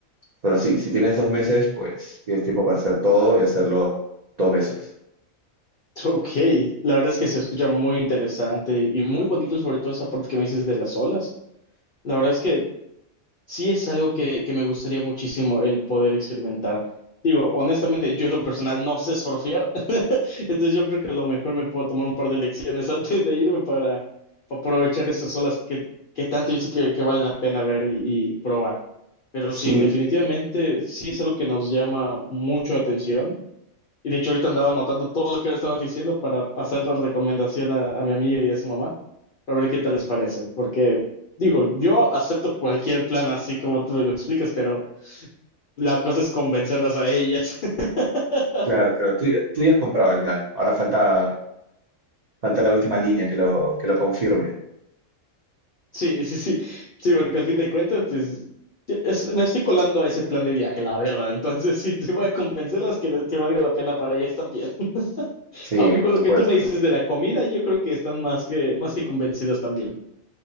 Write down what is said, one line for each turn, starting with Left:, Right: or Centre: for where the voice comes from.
Right: Pero sí, si tienes dos meses, pues tienes tiempo para hacer todo y hacerlo dos veces.
Left: Ok, la verdad es que se escucha muy interesante y muy bonito, sobre todo esa parte que me dices de las olas. La verdad es que sí es algo que, que me gustaría muchísimo el poder experimentar. Digo, honestamente, yo en lo personal no sé surfear, <laughs> entonces yo creo que a lo mejor me puedo tomar un par de lecciones <laughs> antes de irme para, para aprovechar estas olas que, que tanto dice que, que valen la pena ver y, y probar. Pero
Right: Sí,
Left: sí, definitivamente sí es algo que nos llama mucho la atención. Y de hecho ahorita andaba anotando todo lo que me estabas diciendo para pasar la recomendación a, a mi amiga y a su mamá, para ver qué tal les parece. Porque, digo, yo acepto cualquier plan así como tú me lo explicas, pero la cosa es convencerlas a ellas. <laughs>
Right: claro, claro. Tú, ya tú ya has comprado el plan. Ahora falta, falta la última línea que lo, que lo confirme.
Left: Sí, sí, sí, sí, porque al fin de cuentas, pues, es- me estoy colando a ese plan de viaje, la verdad. Entonces, <laughs> sí, sí voy a convencerlas que, le- que valga la pena para ellas también. <laughs>
Right: Sí,
Left: Aunque
Right: por
Left: con
Right: supuesto.
Left: lo que tú me dices de la comida, yo creo que están más que, más que convencidas también.